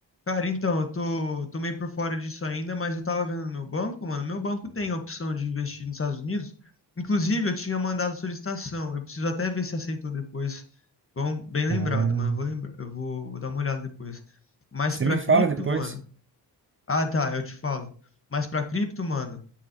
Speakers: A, on the left; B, on the right.
A: Cara, então, eu tô, tô meio por fora disso ainda, mas eu tava vendo no meu banco, mano. Meu banco tem a opção de investir nos Estados Unidos. Inclusive, eu tinha mandado solicitação. Eu preciso até ver se aceitou depois. Bom, bem lembrado,
B: Ah,
A: mano. Eu vou lembrar, eu vou, vou dar uma olhada depois. Mas
B: você
A: pra
B: me
A: cripto,
B: fala depois.
A: mano. Ah, tá, eu te falo. Mas pra cripto, mano,